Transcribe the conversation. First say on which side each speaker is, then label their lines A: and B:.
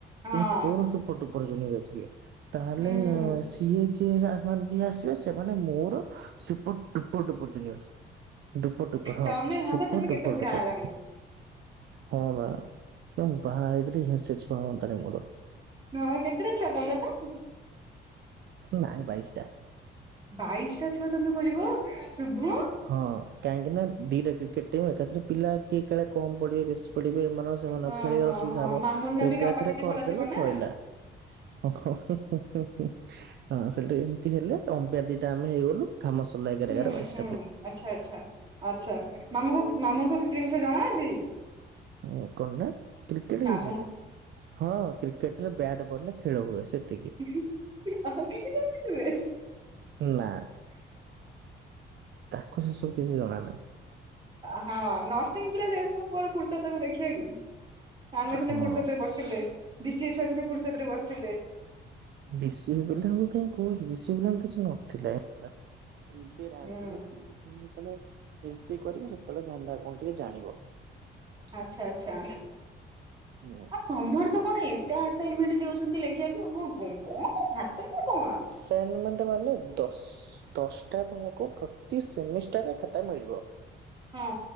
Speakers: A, on the right; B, on the right.
A: ହଁ
B: ପୁଣି ତୋର ସୁପର ଡୁପର ଜୁନିଅର ସିଏ ତାହେଲେ
A: ହୁଁ
B: ସେ ଇଏ ଯିଏ ଆ ମାନେ ଯିଏ ଆସିବେ ସେମାନେ ମୋର super duper duper junior. Duper duper
A: ତମେ
B: ହଁ ସୁପର
A: ଭାବ ତମେ କେତେ
B: ଡୁପର
A: ବୁଢା
B: ଡୁପର।
A: ହେଲାଣି
B: ହଁ ବା ଉଁ ବାହା ହେଇଥିଲେ ୟେ ସେଜ୍ କଣ ହୁଅନ୍ତାଣି ମୋର।
A: ହଁ କେତେଟା ଛୁଆ ପନ୍ଦର ଟା?
B: ନାଇ ବାଇଶଟା।
A: ବାଇଶ ଟା ଛୁଆ ତମେ କରିବ ଶୁଭୁ
B: ହଁ କାହିଁକି ନା ଦିଟା କ୍ରିକେଟ ଟିମ ଏକା ଥରେ ପିଲା କିଏ କାଳେ କମ ପଡିବେ ବେଶି ପୁଲିବେ ଏମାନଙ୍କର ସେମାନେ
A: ହଁ
B: ଖେଳିବାର
A: ହଁ
B: ସୁବିଧା
A: ହଁ
B: ହବ
A: ମାମୁନର
B: ଏକା
A: ବି କାପାସିଟି
B: ଥରେ କରିଦେଲେ
A: ଭଲ ଥିବ ନା
B: ସଇଲା ହଁ ହଁ ହୁଁ ହୁଁ ହୁଁ ହୁଁ ହଁ ସେଠି ହେଲେ ଓ଼ମ୍ପଏର ଦିଟା ଆମେ ହେଇଗଲୁ କାମ ସରିଲା ଏଗାରଟା
A: ହୁଁ
B: ଏଗାରଟା ବାଇଶଟ
A: ହୁଁ ଆଚ୍ଛା ଆଚ୍ଛା ଆଚ୍ଛା ମାମୁ କ ମାମୁଁଙ୍କୁ କ୍ରିକେଟ ବିଷୟ ଜଣାଅଛି।
B: ଓ କଣ ନା କ୍ରିକେଟ
A: ମାମୁଁ
B: ବିଷୟରେ ହଁ। କ୍ରି କେଟ ରେ ବାଟ୍ ବଲ ରେ ଖେଳ ହୁଏ ସେତିକି।
A: ଆଉ କିଛି ଜାନିଥିବେ?
B: ନା। ତାକୁ ସେ ସବୁ କିଛି ଜଣା ନାହିଁ।
A: ହଁ ନର୍ସିଂ ପିଲା ସେ ସବୁ କୁଆଡୁ ଫୁର୍ସତ ହବ ଦେଖିବାଆକୁ ଆମେ ସିନା
B: ହଁ।
A: ଫୁର୍ସତ ରେ ବ ଥିଲେ ବି ସି ଏ ଝୁଆ ସିନା ଫୁର୍ସତ ରେ ବସିଥିଲେ।
B: ବି ସି ଏ ପିଲାଙ୍କୁ କାଇଁ କହୁଚୁ ବି ସି ଏ ପିଲାଙ୍କର କିଛି ନ <inaudible> ଏବେ ରାଜଧାନୀ
A: ହୁଁ
B: ଯେତେବେଳେ ବେଜିତ୍ କରିବ ସେତେବେଳେ ଧନ୍ଦା କଣ ଟିକେ ଜାଣିବ।
A: ଆଛା ଆଚ୍ଛା।
B: ହୁଁ।
A: ଆଉ ତମର ତ କଣ ଏତେ ଆସାଇନମେଣ୍ଟ ଦଉଛନ୍ତି ଲେଖିବାକୁ କଣ ହାତ ନା କଣ?
B: <unintelligible> ମାନେ ଦଶ୍ ଦଶଟା ତମକୁ ପ୍ରତି ସେମିଷ୍ଟାରରେ ଖାତା ମିଳିବ।
A: ହଁ